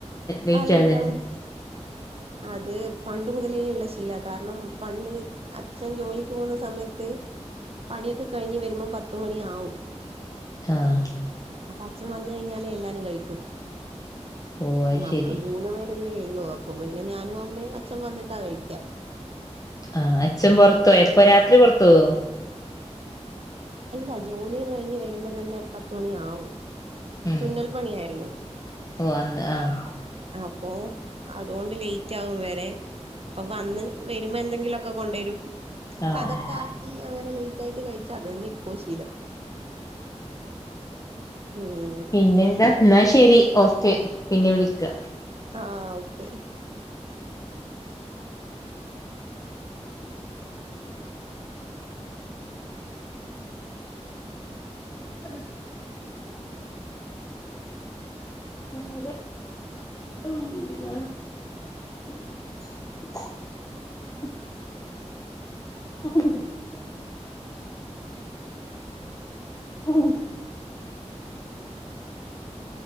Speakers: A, on the left (about 30°); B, on the right (about 55°).
A: ലേറ്റ്
B: ആ
A: ആവ
B: ആകും അത് പണ്ട് മുതലേ ഉള്ള ശീലവ കാരണം പണ്ട്- അച്ഛൻ ജോലിക്ക് പോകുന്ന സമയത്ത്- പണിയൊക്കെ കഴിഞ്ഞ് വരുമ്പോ പത്ത്മണിയാവും.
A: ആഹ്
B: അപ്പ അച്ഛൻ വന്ന് കഴിഞ്ഞാലേ എല്ലാരും കഴിക്കും
A: ഓഹ് അത്
B: നമ്മള്
A: ശരി
B: മൂന്ന് പേ ഇ ല്ലേ ഉള്ളൂ അപ്പൊ പിന്നെ ഞാനും അമ്മയും അച്ഛൻ വന്നിട്ടാ കഴിക്കാ
A: ആഹ് അച്ഛൻ പൊറത്തു പോയി അപ്പൊ രാത്രി പൊറത്തു പോവുവോ
B: ഇല്ല ജോലിയും കഴിഞ്ഞ് വരുമ്പം തന്നെ പത്തുമണിയാവും
A: ഉം
B: തുന്നൽ പണിയായിരുന്നു
A: ഓഹ് അന്ന് ആഹ്
B: അപ്പൊ അതുകൊണ്ട് ലേറ്റ് ആകും വരെ- അപ്പൊ വന്ന് വരുമ്പോ എന്തെങ്കിലുംയൊക്കെ കൊണ്ടുവരും ഇപ്പ
A: ആഹ്
B: അതൊക്കെ
A: ആഹ്
B: ആക്കി അങ്ങനെ ലേറ്റ് ആയിട്ട് കഴിച്ചാ അത് തന്നെയാ ഇപ്പോം ശീലം ഉം
A: പിന്നെന്താ എന്നാ ശരി ഓക്കെ പിന്നെ വിളിക്കാം
B: ആഹ് ഓക്കെ
A: അതെ <unintelligible> <unintelligible> <inaudible> ഉം ഉം ഉം <inaudible> ഉം. <unintelligible>